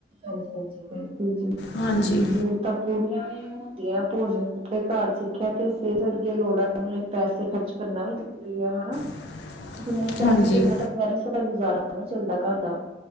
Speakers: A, on the right; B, on the left.
A: ਹਾਂਜੀ-ਹਾਂਜੀ ਬਿਲਕੁੱਲ ਜੀ
B: ਹਾਂਜੀ
A: ਜੂਰਰਤਾਂ ਪੂਰੀਆਂ ਵੀ ਨੀ ਹੁੰਦੀਆਂ ਭੋਜਨ ਕੱਪੜੇ ਘਰ ਸਿੱਖਿਆ ਤੇ ਸੇਹਤ ਅੱਗੇ ਲੋੜ ਐ, ਉਨੇ ਈ ਪੈਸੇ ਖਰਚ ਕਰਨਾ ਵੀ ਜ਼ਰੂਰੀ ਆ ਹਨਾ।
B: <unintelligible>
A: ਜੇ ਨਈ ਕਰਾਂਗੇ
B: ਹਾਂਜੀ
A: ਤੇ ਇੰਨਾ ਤੋ ਬਗੈਰ ਸਾਡਾ ਗੁਜ਼ਾਰਾ ਨੀ ਚੱਲਦਾ ਘਰ ਦਾ।